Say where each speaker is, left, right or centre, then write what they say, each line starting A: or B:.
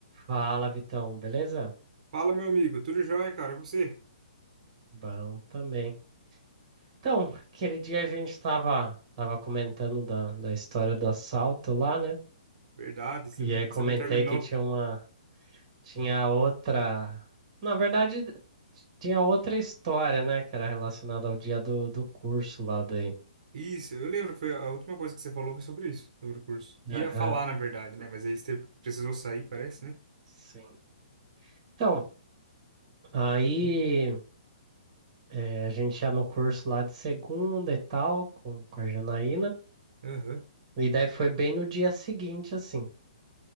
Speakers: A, on the right; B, on the right.
A: Fala, Vitão, beleza?
B: Fala, meu amigo, tudo jóia, cara? E você?
A: Bom também. Então, aquele dia a gente estava tava comentando da, da história do assalto lá, né?
B: Verdade, você
A: E
B: não,
A: aí comentei
B: você não terminou.
A: que tinha uma, tinha outra, na verdade, tinha outra história, né? Que era relacionada ao dia do, do curso lá daí.
B: Isso, eu lembro que foi a última coisa que você falou foi sobre isso, sobre o curso. Ia
A: Aham,
B: falar, na verdade, né? Mas aí você precisou sair, parece, né?
A: sim. Então, aí eh, a gente ia no curso lá de segunda e tal, com, com a Janaína.
B: Aham.
A: E daí foi bem no dia seguinte, assim.